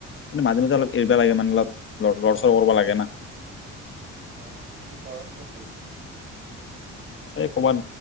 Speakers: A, on the left; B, on the right.
A: কিন্তু মাজে মাজে অলপ এৰিব লাগে মানে অলপ লৰ চৰ কৰিব লাগে না।
B: অ বে কি কৰণ কত গৈছে।
A: এ কবাত